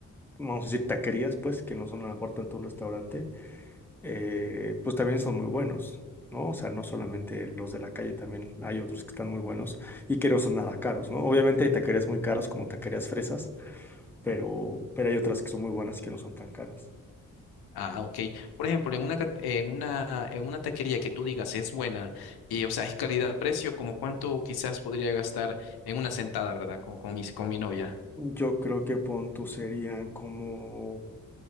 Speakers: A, in the centre; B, on the left.
A: vamos a decir, taquerías, pues, que no son a lo mejor tanto un restaurante, eh, pues también son muy buenos, ¿no? O sea, no solamente los de la calle, también hay otros que están muy buenos y que no son nada caros, ¿no? Obviamente hay taquerías muy caros como taquerías fresas, pero, pero hay otras que son muy buenas y que no son tan caras.
B: Ah, ok. Por ejemplo, en una, cat- en una, en una taquería que tú digas es buena y, o sea, es calidad-precio, ¿como cuánto quizás podría gastar en una sentada, ¿verdad? Con, con mi, con mi novia.
A: Yo creo que pon tú serían como,